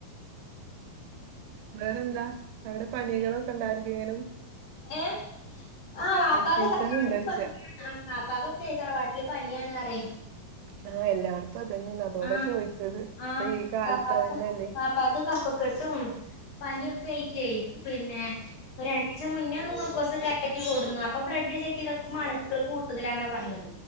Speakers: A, on the right (about 80°); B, on the left (about 55°).
A: വേറെന്താ അവിടെ പനികളൊക്കെ ഉണ്ടായിരിക്കനും
B: ഏ ആഹ് വാപ്പ
A: സീസൺ
B: <unintelligible>
A: ഉണ്ടോയ്ച്ചാ
B: തറവാട്ടില് പനിയാണ്. <inaudible>
A: ആ എല്ലാവ ഇപ്പ അതന്നെയാണ് അതോടെ
B: ആ
A: ചോദിച്ചത് ഇപ്പൊ
B: ആഹ്
A: ഈ കാലട്ടാ
B: വാപ്പാക്ക്
A: തന്നെയല്ലേ?
B: വാപ്പാക്ക് കഫക്കെട്ടും പനിയൊക്കെ ആയിറ്റേ പിന്നെ രണ്ട പക്ഷെ മുന്നേ ഒന്ന് ഗലൂക്കോസ് കയറ്റിൂടുന്നു അപ്പൊ ബ്ലഡ് ചെക്ക് ചെയ്ത അണുക്കൾ കൂടുതലാന്നാ പറഞ്ഞത്